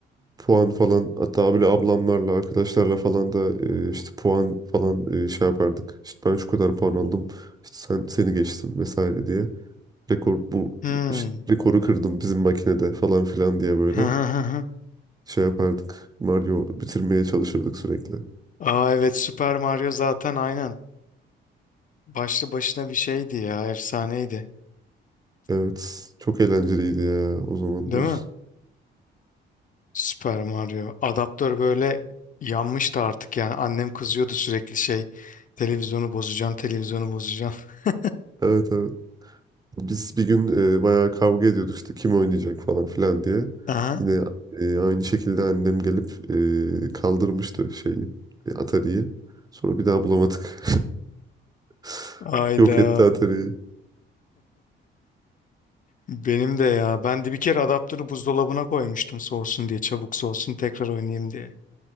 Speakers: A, on the right; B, on the left.
A: puan falan hatta böyle ablamlarla arkadaşlarla falan da e, işte puan falan e, şey yapardık. İşte ben şu kadar puan aldım. işte sen seni geçtim vesaire diye. Rekor bu
B: Hmm.
A: işte rekoru kırdım bizim makinede falan filan diye böyle
B: <laughs>
A: şey yapardık. Mario bitirmeye çalışırdık sürekli.
B: Aa evet Super Mario zaten aynen. Başlı başına bir şeydi ya, efsaneydi.
A: Evet, çok eğlenceliydi ya o zamanlar.
B: Değil mi? Super Mario. Adaptör böyle yanmıştı artık yani. Annem kızıyordu sürekli şey. Televizyonu bozacaksın, televizyonu bozacaksın. <laughs>
A: Evet evet. Biz bir gün e, bayağı kavga ediyorduk işte kim oynayacak falan filan diye.
B: Aha.
A: Yine e, aynı şekilde annem gelip e, kaldırmıştı şeyi, e, Atari'yi. Sonra bir daha bulamadık. <laughs>
B: Ayda.
A: Yok etti Atari'yi.
B: Benim de ya. Ben de bir kere adaptörü buzdolabına koymuştum soğusun diye, çabuk soğusun tekrar oynayayım diye.